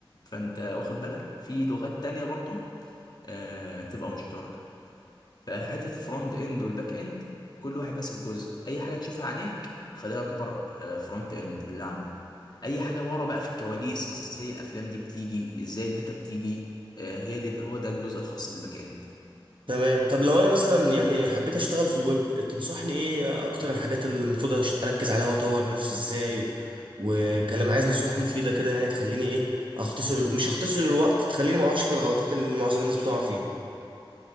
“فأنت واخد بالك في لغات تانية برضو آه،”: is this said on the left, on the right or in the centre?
Left